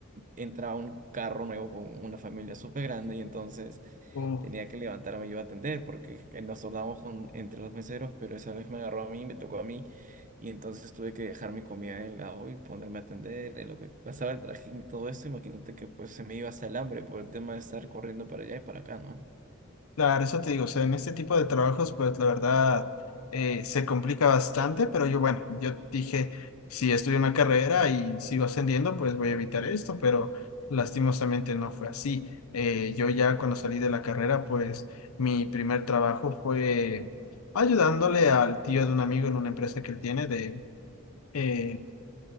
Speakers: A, on the right (about 35°); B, on the left (about 75°).
A: entra un carro nuevo con una familia súper grande y entonces
B: Uh,
A: Tenía que levantarme yo a atender porque eh, nos turnamos con, entre los meseros, pero esa vez me agarró a mí, me tocó a mí, y entonces tuve que dejar mi comida en el lado y ponerme a atender en lo que pasaba el trajín y todo eso. Imagínate que pues se me iba hasta el hambre por el tema de estar corriendo para allá y para acá, ¿no?
B: claro, eso te digo, o sea, en este tipo de trabajos, pues la verdad eh, se complica bastante, pero yo, bueno, yo dije, si estudio una carrera y sigo ascendiendo, pues voy a evitar esto, pero lastimosamente no fue así. Eh, yo ya cuando salí de la carrera, pues mi primer trabajo fue ayudándole al tío de un amigo en una empresa que él tiene de eh,